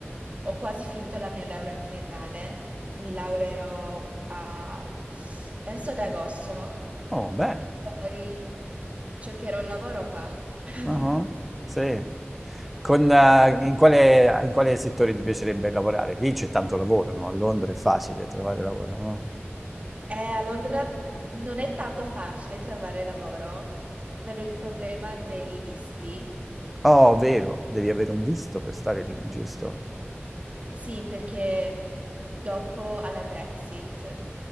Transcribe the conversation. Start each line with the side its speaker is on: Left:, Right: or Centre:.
Right: ho quasi finito la mia laurea triennale, mi laureerò a, penso ad agosto
Centre: Oh, bene.
Right: e poi cercherò un lavoro qua. <laughs>
Centre: Ah, Sì. Con, eh, in quale, in quale settore ti piacerebbe lavorare? Lì c'è tanto lavoro, no? A Londra è facile trovare lavoro, no?
Right: Eh, a Londra non è tanto facile trovare lavoro per il problema dei visti.
Centre: Oh, vero, devi avere un visto per stare lì, giusto?
Right: Sì, perché dopo alla Brexit.